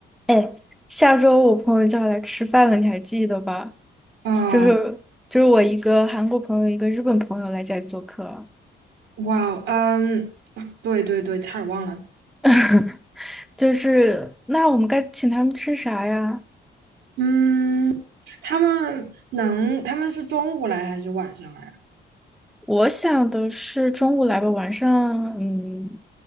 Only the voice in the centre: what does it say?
哎，下周我朋友就要来吃饭了，你还记得吧？
就是就是我一个韩国朋友，一个日本朋友来家里做客，
<laughs> 就是那我们该请他们吃啥呀？
我想的是中午来吧，晚上嗯